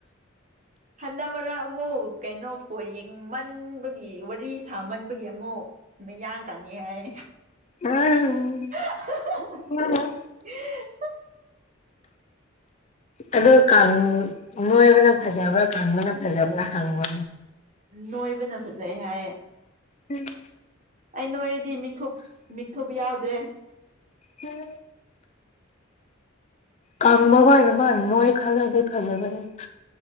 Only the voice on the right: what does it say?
ꯍꯟꯗꯛ ꯃꯔꯛ ꯑꯃꯨꯛ ꯀꯩꯅꯣ ꯕꯣꯜ ꯌꯦꯡꯃꯟꯕꯒꯤ ꯋꯥꯔꯤ ꯁꯥꯃꯟꯕꯒꯤ ꯑꯃꯨꯛ ꯃꯤ ꯌꯥꯡ ꯀꯪꯉꯤ ꯍꯥꯏ
<unintelligible>
ꯅꯣꯏꯕꯅ ꯐꯖꯩ ꯍꯥꯏꯌꯦ
ꯑꯩ ꯅꯣꯏꯔꯗꯤ ꯃꯤꯊꯨꯞ ꯃꯤꯊꯨꯞ ꯌꯥꯎꯗ꯭ꯔꯦ